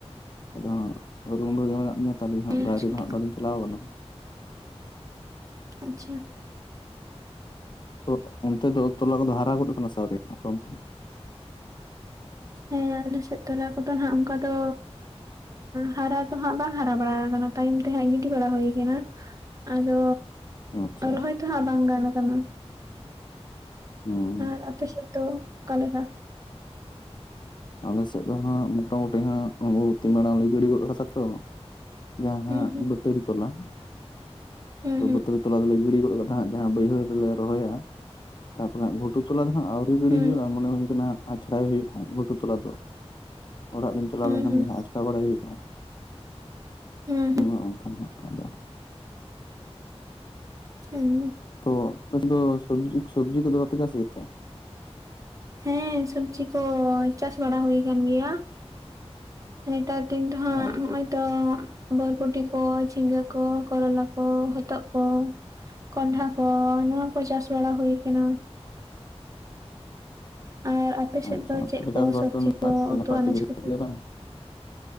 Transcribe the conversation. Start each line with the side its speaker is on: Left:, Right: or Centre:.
Left: ᱟᱫᱚ ᱦᱟᱸᱜ ᱨᱩᱢ ᱨᱮᱜᱮ ᱢᱮᱱᱟᱜ ᱞᱤᱧᱟ ᱛᱟᱦᱞᱮ ᱦᱟᱸᱜ
Right: ᱟᱪᱪᱷᱟ
Left: ᱵᱟᱭᱨᱮ ᱨᱮ ᱫᱚ ᱦᱟᱸᱜ ᱵᱟᱹᱞᱤᱧ ᱪᱟᱞᱟᱣ ᱠᱟᱱᱟ
Right: ᱟᱪᱪᱷᱟ
Left: ᱛᱚ ᱚᱱᱛᱮ ᱫᱚ ᱛᱚᱞᱟ ᱠᱚᱫᱚ ᱦᱟᱨᱟ ᱜᱚᱫᱚᱜ ᱠᱟᱱᱟ ᱥᱮ ᱟᱣᱨᱤ ᱚᱱᱛᱮ
Right: ᱦᱮᱸ ᱟᱞᱮ ᱥᱮᱫ ᱛᱚᱞᱟ ᱠᱚᱫᱚ ᱱᱟᱜ ᱚᱱᱠᱟ ᱫᱚ ᱦᱟᱨᱟ ᱫᱚᱦᱟᱸᱜ ᱵᱟᱝ ᱦᱟᱨᱟ ᱵᱟᱲᱟ ᱠᱟᱱᱟ ᱛᱟᱭᱚᱢ ᱛᱮᱦᱟᱸᱜ ᱜᱤᱰᱤ ᱵᱟᱲᱟ ᱦᱩᱭ ᱠᱟᱱᱟ ᱟᱫᱚ
Left: ᱟᱪᱪᱷᱟ
Right: ᱨᱚᱦᱚᱭ ᱫᱚ ᱦᱟᱸᱟᱜ ᱵᱟᱝ ᱜᱟᱱ ᱟᱠᱟᱱᱟ
Left: ᱦᱩᱸ
Right: ᱟᱨ ᱟᱯᱮ ᱥᱮᱫ ᱫᱚ ᱚᱠᱟᱞᱮᱠᱟ
Left: ᱟᱞᱮ ᱥᱮᱫ ᱫᱚ ᱦᱟᱸᱜ ᱢᱚᱴᱟᱢᱩᱴᱤ ᱦᱟᱸᱜ ᱵᱩᱦᱩᱫ ᱫᱤᱱ ᱢᱟᱲᱟᱝ ᱞᱮ ᱜᱤᱰᱤ ᱜᱚᱫ ᱠᱟᱫᱟ ᱛᱚ ᱡᱟᱦᱟᱸ
Right: ᱦᱩᱸ ᱦᱩᱸ
Left: ᱵᱟᱹᱛᱟᱹᱲᱤ ᱛᱚᱞᱟ
Right: ᱦᱩᱸ
Left: ᱛᱚ ᱵᱟᱹᱛᱟᱹᱲᱤ ᱛᱚᱞᱟ ᱫᱚᱞᱮ ᱜᱤᱲᱤ ᱜᱚᱫ ᱠᱟ ᱦᱟᱸᱟᱜ ᱡᱟᱦᱟᱸ ᱵᱟᱹᱭᱦᱟᱹᱲ ᱨᱮᱞᱮ ᱨᱚᱦᱚᱭᱟ ᱛᱟᱯᱚᱨᱮᱜᱷᱩᱴᱩ ᱛᱚᱞᱟ ᱫᱚ ᱦᱟᱸᱜ ᱟᱹᱣᱨᱤ ᱜᱤᱲᱤ
Right: ᱦᱩᱸ
Left: ᱦᱩᱭᱩᱜᱼᱟ ᱢᱚᱱᱮ ᱦᱩᱭ ᱠᱟᱱᱟ ᱟᱪᱷᱲᱟᱭ ᱦᱩᱭᱩᱜᱼᱟᱟᱸᱜ ᱜᱷᱩᱴᱩ ᱛᱚᱞᱟ ᱫᱚ ᱚᱲᱟᱜᱤᱧ ᱪᱟᱞᱟᱣ
Right: ᱦᱩᱸ ᱦᱩᱸ
Left: ᱞᱮᱱᱠᱷᱟᱱ ᱜᱮ ᱦᱟᱸᱜ ᱟ ᱵᱟᱲᱟᱭ ᱦᱩᱭᱩᱜᱼᱟ
Right: ᱦᱩᱸ ᱦᱩᱸ
Left: ᱱᱚ ᱝᱠᱟᱱᱟᱜ ᱟᱫᱚ
Right: ᱦᱩᱸ
Left: ᱛᱚ ᱟᱯᱮ ᱥᱮᱫ ᱫᱚ ᱥᱚᱵᱡᱤ ᱥᱚᱵᱡᱤ ᱠᱚᱫᱚ ᱵᱟᱯᱮ ᱪᱟᱥ ᱜᱮᱛᱮ
Right: ᱦᱮᱸ ᱥᱚᱵᱡᱤ ᱠᱚ ᱪᱟᱥ ᱵᱟᱲᱟ ᱦᱩᱭ ᱟᱠᱟᱱ ᱜᱮᱭᱟ ᱱᱮᱛᱟᱨ ᱫᱤᱱ ᱫᱚ ᱦᱟᱸᱜ
Left: ᱟᱪᱪᱷᱟ
Right: ᱛᱚ ᱵᱳᱨᱵᱳᱴᱤ ᱠᱚ ᱡᱷᱤᱸᱜᱟᱹ ᱠᱚ ᱠᱚᱨᱚᱞᱟ ᱠᱚ ᱦᱚᱛᱚᱫ ᱠᱚ ᱠᱚᱚᱱᱰᱷᱟ ᱠᱚ ᱱᱚᱶᱟ ᱠᱚ ᱪᱟᱥ ᱵᱟᱲᱟ ᱦᱩᱭ ᱟᱠᱟᱱᱟ ᱟᱨ ᱟᱯᱮᱥᱮᱫ
Left: ᱟᱪᱪᱷᱟ
Right: ᱫᱚ ᱪᱮᱫ
Left: ᱛᱚᱵᱮ
Right: ᱠᱚ
Left: ᱪᱟᱥᱵᱟᱥ
Right: ᱥᱚᱵᱽᱡᱤ
Left: ᱫᱚ ᱱᱟᱭᱛᱮ
Right: ᱠᱚ ᱩᱛᱩ
Left: ᱱᱟᱯᱟᱭ ᱛᱮᱜᱮ
Right: ᱟᱱᱟᱡ
Left: ᱦᱩᱭᱩᱜ
Right: ᱠᱚᱯᱮ
Left: ᱜᱮᱭᱟ ᱵᱟᱝ